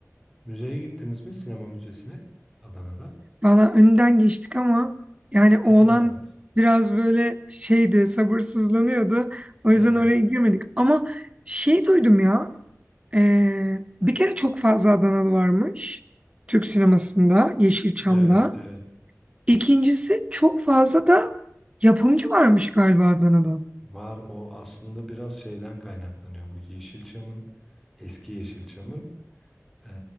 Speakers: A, in the centre; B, on the right.
A: Müzeye gittiniz mi? Sinema müzesine Adana'da.
B: Valla önden geçtik ama yani oğlan
A: Yan yanadır.
B: biraz böyle şeydi, sabırsızlanıyordu. O
A: Ha,
B: yüzden oraya girmedik. Ama şey duydum ya. Ee, bir kere çok fazla Adanalı varmış Türk sinemasında, Yeşilçam'da.
A: evet, evet.
B: İkincisi çok fazla da yapımcı varmış galiba Adana'da.
A: Var o aslında biraz şeyden kaynaklanıyor. Bu Yeşilçam'ın, eski Yeşilçam'ın eee,